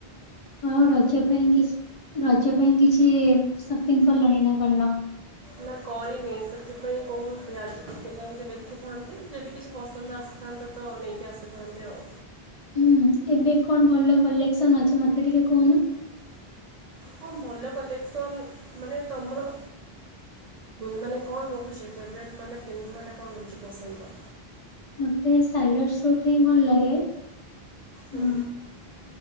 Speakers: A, on the left (about 45°); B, on the right (about 50°).
A: ଆଉ ରଜ ପାଇଁ କିଛି ରଜ ପାଇଁ କିଛି ସପିଂ କଲଣି ନା କରିନ?
B: ନା କରିନି ସେଥିପାଇଁ କହୁଥିଲି ଆଜି ଟିକେ ଯାଇଁ କି ଦେଖିଥାନ୍ତି ଯଦି କିଛି ପସନ୍ଦ ଆସ ଥାନ୍ତା ତ ନେଇକି ଆସିଥାନ୍ତି ଆଉ।
A: ହୁଁ ଏବେ କଣ ଭଲ କଲେକ୍ସନ ଅଛି ମତେ ଟିକେ କହୁନ।
B: ହଁ ଭଲ କଲେକ୍ସନ୍ ମାନେ ତମର ମାନେ କଣ ରହୁଚି ଫେବରେଟ ମାନେ ପିନ୍ଧିବାଟା କଣ ରହୁଚି ପସନ୍ଦ?
A: ମତେ ସାଲ୍ୱାର ସୁଟ ହିଁ ଭଲ ଲାଗେ। ହଁ।
B: ହୁଁ।